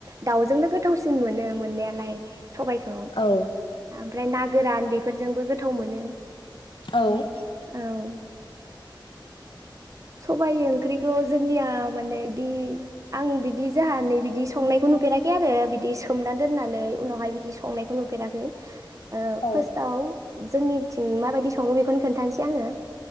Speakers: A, on the right; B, on the left.
A: दाउजोंनो गोथावसि मोन मोननायालाय सबायखौ
B: औ
A: ओमफ्राय ना गोरान बेफोरजोंबो गोथाव मोनो।
B: औ
A: औ। सबाय ओंख्रिखौ जोंनिया माने दि आं बिदि जाहा नै बिदि संनायखौ नुफेराखै आरो बिदि सोमना दोननानै उनावहाय बिदि संनायखौ नुफेराखै। ओ
B: औ
A: फास्ताव जोंनिथिं माबायदि सङो बेखौनो खोनथानोसै आङो।